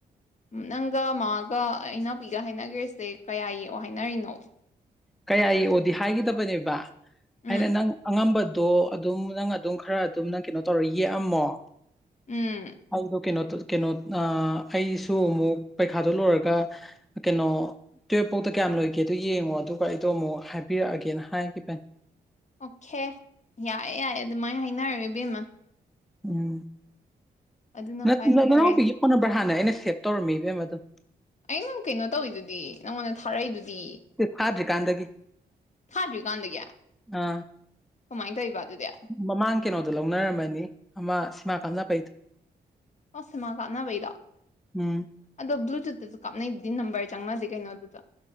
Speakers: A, on the left; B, in the centre.
A: ꯅꯪꯒ ꯃꯥꯒ ꯏꯅꯥꯎꯄꯤꯒ ꯍꯥꯏꯅꯒꯔꯤꯁꯦ ꯀꯌꯥ ꯌꯦꯛꯑꯣ ꯍꯥꯏꯅꯔꯤꯅꯣ
B: ꯀꯌꯥ ꯌꯦꯛꯑꯣꯗꯤ ꯍꯥꯏꯒꯗꯕꯅꯦꯕ
A: ꯎꯝ
B: ꯑꯩꯅ ꯅꯪ ꯑꯉꯝꯕꯗꯣ ꯑꯗꯨꯝ ꯅꯪ ꯑꯗꯨꯝ ꯈꯔ ꯑꯗꯨꯝ ꯅꯪ ꯀꯩꯅꯣ ꯇꯧꯔ ꯌꯦꯛꯑꯝꯃꯣ
A: ꯎꯝ
B: ꯑꯩꯗꯣ ꯀꯩꯅꯣ ꯀꯩꯅꯣ ꯑꯩꯁꯨ ꯑꯃꯨꯛ ꯄꯩꯈꯥꯗꯣ ꯂꯣꯏꯔꯒ ꯀꯩꯅꯣ ꯇꯨꯋꯜꯐ ꯐꯧꯗ ꯀꯌꯥꯝ ꯂꯣꯏꯒꯦꯗꯣ ꯌꯦꯡꯉꯣ ꯑꯗꯨꯒ ꯑꯩꯗꯣ ꯑꯃꯨꯛ ꯍꯥꯏꯕꯤꯔꯛꯑꯒꯦꯅ ꯍꯥꯏꯒꯤꯕꯅꯤ
A: ꯑꯣꯀꯦ ꯌꯥꯏꯌꯦ ꯌꯥꯏꯌꯦ ꯑꯗꯨꯃꯥꯏꯅ ꯍꯥꯏꯅꯔ ꯏꯕꯦꯝꯃ
B: ꯎꯝ
A: ꯑꯗꯨꯅ
B: ꯅꯠꯇꯗ
A: ꯈ꯭ꯋꯥꯏ ꯐꯔꯦ
B: ꯅꯅꯥꯎꯄꯤꯒꯤ ꯐꯣꯟ ꯅꯝꯕꯔ ꯍꯥꯟꯅ ꯑꯩꯅ ꯁꯦꯞ ꯇꯧꯔꯝꯃꯤ ꯏꯕꯦꯝ ꯑꯗꯨꯝ
A: ꯑꯩꯅ ꯀꯩꯅꯣ ꯇꯧꯋꯤꯗꯨꯗꯤ ꯅꯪꯉꯣꯟꯗ ꯊꯥꯔꯛꯏꯗꯨꯗꯤ
B: ꯐꯥꯗ꯭ꯔꯤꯀꯥꯟꯗꯒꯤ
A: ꯊꯥꯗ꯭ꯔꯤꯀꯥꯟꯗꯒꯤ
B: ꯑꯥ
A: ꯀꯃꯥꯏꯅ ꯇꯧꯔꯤꯕ ꯑꯗꯨꯗꯤ
B: ꯃꯃꯥꯡ ꯀꯩꯅꯣꯗꯣ ꯂꯧꯅꯔꯝꯃꯅꯤ ꯑꯃ ꯁꯤꯃꯥ ꯀꯥꯞꯅ ꯕꯩꯗꫭ
A: ꯑꫭ ꯁꯤꯃꯥ ꯀꯥꯞꯅꯕꯩꯗꫭ
B: ꯎꯨꯝ
A: ꯑꯗꯣ ꯕ꯭ꯂꯨꯇꯨꯠꯇꯁꯨ ꯀꯥꯞꯅꯩꯗꯨꯗꯤ ꯅꯝꯕꯔ ꯆꯪꯅꯗꯦ ꯀꯩꯅꯣ ꯑꯗꯨꯗ